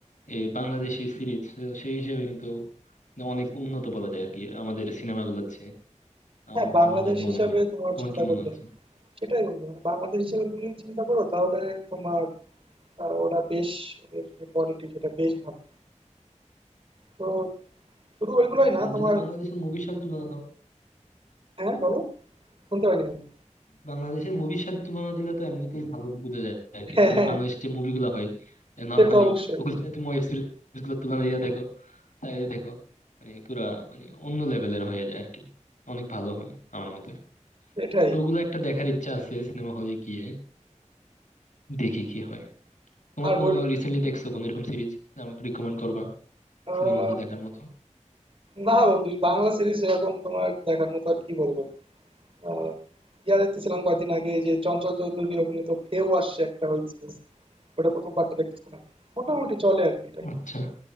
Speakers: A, on the left (about 85°); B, on the right (about 45°).
A: এই বাংলাদেশি সিরিজ সেই হিসেবে কিন্তু অনেক উন্নত বলা যায় আর কি আমাদের সিনেমাগুলোর চেয়ে আমার
B: হ্যাঁ,
A: কেমন
B: বাংলাদেশ
A: জানি মনে
B: হিসাবে
A: হয়
B: তোমার
A: তোমার
B: চিন্তা
A: কি মনে
B: করলে
A: হচ্ছে
B: সেটাই বন্ধু মানে বাংলাদেশ হিসেবে তুমি চিন্তা করো তাহলে তোমার আ ওরা বেশ ওদের যে কোয়ালিটি সেটা বেশ ভালো। তো শুধু ওইগুলোই না
A: আর
B: তোমার
A: যদি বাংলাদেশের মুভির সাথে তুলনা দাও
B: হ্যাঁ, বলো? শুনতে পাইনি বন্ধু।
A: বাংলাদেশের মুভির সাথে তুলনা দিলে তো এমনিতেই ভালো বোঝা যায় আর কি
B: হ্যাঁ,
A: ধরো
B: হ্যাঁ,
A: বাংলাদেশের যে মুভিগুলো হয় নর্মালি
B: সে তো অবশ্যই।
A: ওগুলো সাথে তুমি ওয়েব সিরিজ গুলো তুলনা দিয়ে দেখো তাই দেখো মানে পুরা মানে অন্য লেভেলের হয়ে যায় আর কি অনেক ভালো হয় আমার মতে
B: সেটাই।
A: তো ওগুলো একটা দেখার ইচ্ছা আছে সিনেমা হলে গিয়ে দেখি কি হয় তোমার
B: আর
A: কোনো
B: বল
A: রিসেন্টলি দেখছো কোনো এরকম সিরিজ আমাকে রিকমেন্ড করবা
B: আহ,
A: সিনেমা হলে দেখার মতো
B: না বন্ধু বাংলা সিরিজ এরকম তোমার দেখার মতো আর কি বলবো আহ, ইয়া দেখতেছিলাম কদিন আগে যে চঞ্চল চৌধুরী অভিনীত ফেও আসছে একটা ওয়েব সিরিজ ওটা প্রথম পার্টটা দেখতেছিলাম মোটামুটি চলে আর কি টাইপের
A: আচ্ছা